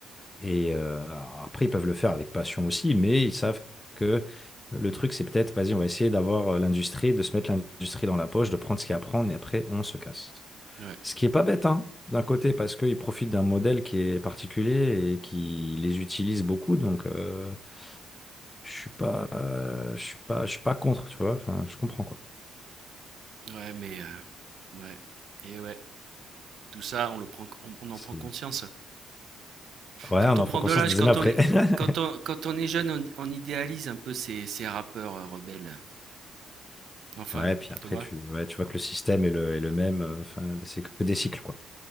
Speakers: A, on the left; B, on the right.
A: Et euh, après, ils peuvent le faire avec passion aussi, mais ils savent que le truc, c'est peut-être, vas-y, on va essayer d'avoir euh, l'industrie, de se mettre l'industrie dans la poche, de prendre ce qu'il y a à prendre, et après, on se casse.
B: ouais,
A: Ce qui est pas bête, hein, d'un côté, parce qu'ils profitent d'un modèle qui est particulier et qui les utilise beaucoup, donc euh, je suis pas, euh, je suis pas, je suis pas contre, tu vois. Enfin, je comprends quoi.
B: ouais, mais heu, ouais et ouais, tout ça on le prend on on
A: C'est...
B: en prend conscience.
A: Ouais,
B: Quand
A: on
B: on
A: en
B: prend
A: prend conscience
B: de l'âge,
A: des
B: quand
A: années après.
B: on est
A: <laughs>
B: quand on quand on est jeune, on on idéalise un peu ces ces rappeurs, heu, rebelles. Enfin,
A: Ouais, puis après
B: tu vois?
A: tu, ouais, tu vois que le système est le, est le même. euh, Enfin, c'est que des cycles quoi.